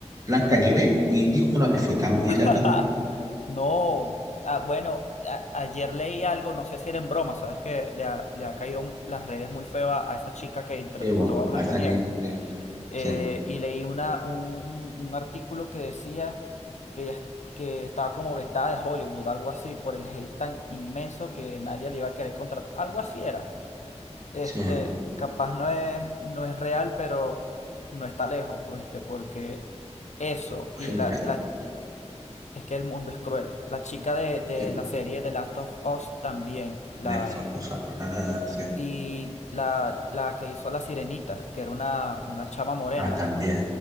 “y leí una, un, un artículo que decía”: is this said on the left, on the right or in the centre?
Left